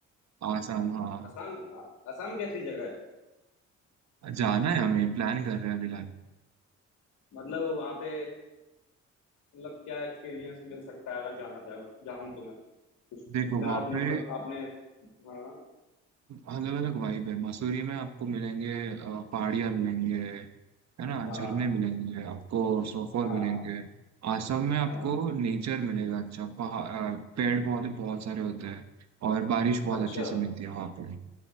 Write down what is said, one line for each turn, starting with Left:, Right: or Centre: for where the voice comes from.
Right: आसाम हाँ
Left: असम असम कैसी जगह है
Right: जाना है हमें प्लान कर रहे हैं अभी लाइक
Left: मतलब वहां पे मतलब क्या एक्सपीरियंस मिल सकता है अगर जाना चाहूँ जाऊँ तो मैं कुछ
Right: देखो
Left: इतना
Right: वहाँ
Left: तो
Right: पे
Left: मतलब आपने हाँ
Right: अलग अलग वाइब है मसूरी में आपको मिलेंगे अ, पहाड़ियाँ मिलेंगे है ना
Left: हाँ
Right: झरने मिलेंगे आपको स्नोफॉल
Left: हाँ
Right: मिलेंगे आसम में आपको
Left: हाँ
Right: नेचर मिलेगा अच्छा पहाड़ अ, पेड़ पौधे बहुत सारे होते हैं और बारिश बहुत
Left: अच्छा
Right: अच्छे से मिलती है वहाँ पे